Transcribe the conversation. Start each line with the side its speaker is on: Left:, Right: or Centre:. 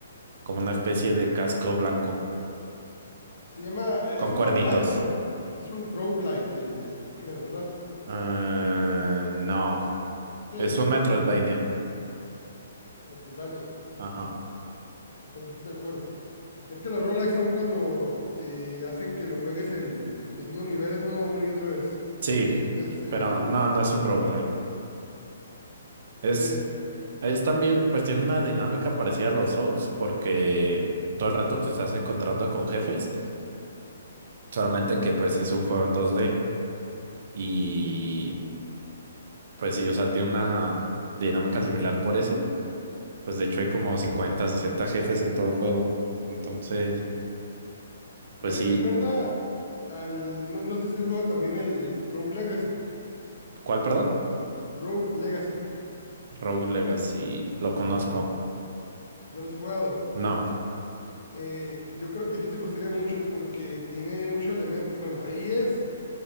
Right: como una especie de casco blanco
Left: Se llama, eh,
Right: con
Left: es
Right: cuernitos.
Left: un roguelite, ¿no? Es un roguelite el, el género, ¿verdad?
Right: Ah, no,
Left: ¿Qué
Right: es
Left: es
Right: un Metroidvania.
Left: entonces? Metroidvania.
Right: Ajá,
Left: Ah, Pues es que, te- bueno, Es que los roguelikes son cuando te hacen que lo juegues el, el- los mismos niveles, ¿no? Uno y otra vez,
Right: sí,
Left: con diferentes... eh,
Right: pero no, no es un roguelike. Es
Left: porque
Right: Es también, pues tiene una dinámica parecida a los Souls, porque todo el rato te estás encontrando con jefes, solamente que pues es un juego en dos d y pues sí, o sea, tiene una dinámica similar por eso, pues de hecho hay como 50 60 jefes en todo el juego, entonces, pues
Left: me
Right: sí,
Left: recuerda al... No, no sé si has jugado también el, el Rogue Legacy.
Right: ¿cuál, perdón?
Left: Rogue Legacy.
Right: Rogue Legacy, lo conozco,
Left: ¿No lo has jugado?
Right: no.
Left: Eh, yo creo que sí te gustaría mucho porque tiene mucho elemento. Bueno, ahí es